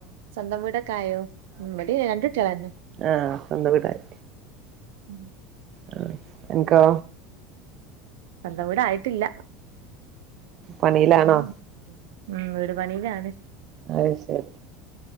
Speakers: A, on the right; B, on the right.
A: സ്വന്തം വീടൊക്കായോ ഉടി രണ്ടട്ടളന്നെ
B: ആഹ സ്വന്ത വിടായി
A: ഉം
B: ആ എനിക്കാ
A: എന്ത കൂട ആയിട്ടില്ല
B: പണിയിലാണോ
A: ഉ ഉ വീട് പണയിലാണ്
B: അത് ശരി